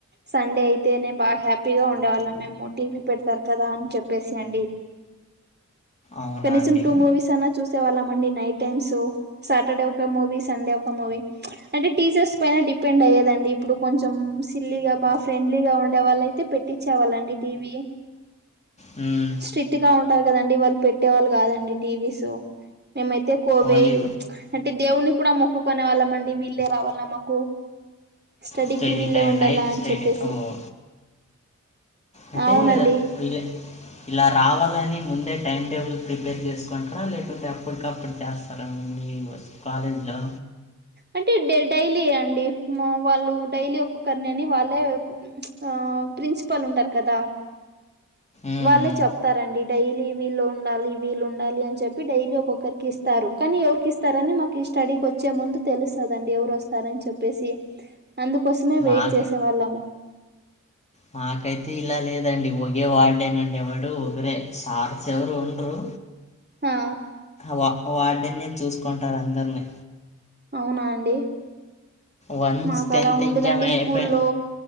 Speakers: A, on the right; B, on the left.
A: సండే అయితేనే బాగా హ్యాపీగా ఉండేవాళ్ళం మేము టీవీ పెడతారు కదా అని చెప్పేసి అండి
B: అవునా
A: కనీసం
B: అండి
A: టూ మూవీస్ అన్నా చూసేవాళ్ళం అండి night times Saturday movie Sunday ఒక మూవీ అంటే టీచర్స్ పైన డిపెండ్ అయ్యదండి ఇప్పుడు కొంచెం సిల్లీగా బా ఫ్రెండ్లీగా ఉండే వాళ్ళ అయితే పెట్ పేట్టిచ్చేవాలండి టీవీ
B: ఉమ్మ్
A: స్ట్రిక్ట్ గా ఉంటారు కదండి వాళ్ళు పెట్టే వాళ్ళు కాదండి టీవీస్ మేమైతే కోవే
B: ఓన్లీ
A: అంటే దేవుని కూడా మొక్కునే వాళ్ళంమండి వీళ్ళే రావాల మా కు స్టడీకి
B: స్టడీ
A: వీళ్ళే
B: టైం
A: ఉండాలా
B: నైట్
A: అని
B: స్టడీ
A: చెప్పేసి
B: ఓ అంటే
A: అవునండి
B: కదా <inaudible> ఇలా రావాలని ముందే టైం టేబుల్ ప్రిపేర్ చేసుకుంటారా లేకుంటే అప్పటికప్పుడు చేస్త తర అండి కాలేజ్లో
A: అంటే డ డైలీ అండి వాళ్ళు డైలీ ఒక్కొక్కరిని అని వాళ్ళే ఆ ప్రిన్సిపాల్ ఉంటారు కదా
B: ఉమ్.
A: వాళ్ళే చెప్తారండి డైలీ వీళ్ళు ఉండాలి వీళ్ళు ఉండాలి అని చెప్పి డైలీ ఒక్కొక్కరికి ఇస్తారు కానీ ఎవరికి ఇస్త ఇస్తారని మాకు ఈ స్టడీకి వచ్చే ముందు తెలుస్తదండి ఎవరు వస్తారని చెప్పేసి అందుకోసమే
B: మాక
A: వెయిట్ చేసేవాళ్ళము
B: మాకైతే ఇలా లేదండి ఒకే వార్డెన్ ఉండే వాడు ఒకరే సార్ ఎవరు ఉండ్రరు
A: హా
B: వా వార్డెన్ చూసుకుంటారు అందరిని
A: అవునా అండి
B: వన్స్
A: మాకు
B: టెన్త్
A: అలా ఉండదండి
B: ఎగ్జామ్
A: స్కూల్లో
B: అయిపోయి